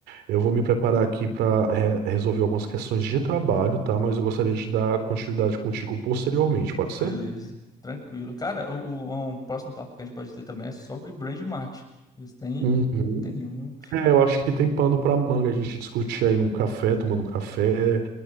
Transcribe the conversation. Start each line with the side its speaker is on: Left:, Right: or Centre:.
Right: Eu vou me preparar aqui para resolver algumas questões de trabalho, tá? Mas eu gostaria de dar continuidade contigo posteriormente, pode ser?
Left: Beleza, tranquilo. Cara, o, o- um próximo papo que a gente pode ter também é sobre brand marketing. Eles têm,
Right: Uhum.
Left: têm um.
Right: É, eu acho que tem pano para manga a gente discutir aí num café, tomando um café